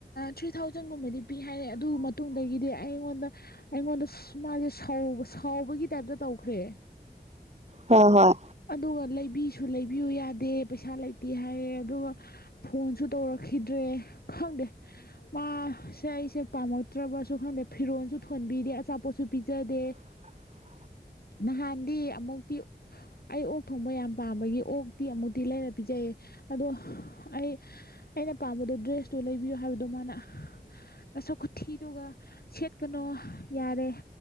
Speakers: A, on the left (about 60°); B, on the right (about 40°).
A: ꯊ꯭ꯔꯤ ꯊꯥꯎꯖꯟꯒꯨꯝꯕꯗꯤ ꯄꯤ ꯍꯥꯏꯔꯦ ꯑꯗꯨ ꯃꯇꯨꯡꯗꯒꯤꯗꯤ ꯑꯩꯉꯣꯟꯗ ꯑꯩꯉꯣꯟꯗ ꯃꯥꯁꯦ ꯁꯥꯎꯕꯒꯤ ꯇꯥꯏꯞꯇ ꯇꯧꯈ꯭ꯔꯦ
B: ꯍꯣꯏ ꯍꯣꯏ
A: ꯑꯗꯨꯒ ꯂꯩꯕꯤꯁꯨ ꯂꯩꯕꯤꯌꯨ ꯌꯥꯗꯦ ꯄꯩꯁꯥ ꯂꯩꯇꯦ ꯍꯥꯏꯌꯦ ꯑꯗꯨꯒ ꯐꯣꯟꯁꯨ ꯇꯧꯔꯛꯈꯤꯗ꯭ꯔꯦ ꯈꯪꯗꯦ ꯃꯥ ꯁꯦ ꯑꯩꯁꯦ ꯄꯥꯝꯃꯛꯇ꯭ꯔꯕꯁꯨ ꯈꯪꯗꯦ ꯐꯤꯔꯣꯜꯁꯨ ꯊꯣꯟꯕꯤꯗꯦ ꯑꯆꯥꯄꯣꯠꯁꯨ ꯄꯤꯖꯗꯦ
B: <inaudible>
A: ꯅꯍꯥꯟꯗꯤ ꯑꯃꯨꯛꯇꯤ ꯑꯩ ꯑꯣꯛ ꯊꯣꯡꯕ ꯌꯥꯝ ꯄꯥꯝꯕꯒꯤ ꯑꯣꯛꯇꯤ ꯑꯃꯨꯛꯇꯤ ꯂꯩꯔ ꯄꯤꯖꯩꯌꯦ ꯑꯗꯣ ꯑꯩ ꯑꯩꯅ ꯄꯥꯝꯕꯗꯣ ꯗ꯭ꯔꯦꯁꯇꯨ ꯂꯩꯕꯤꯌꯨ ꯍꯥꯏꯕꯗꯣ ꯃꯥꯅ ꯅꯁꯛ ꯈꯨꯊꯤꯗꯨꯒ ꯁꯦꯠꯀꯅꯣ ꯌꯥꯔꯦ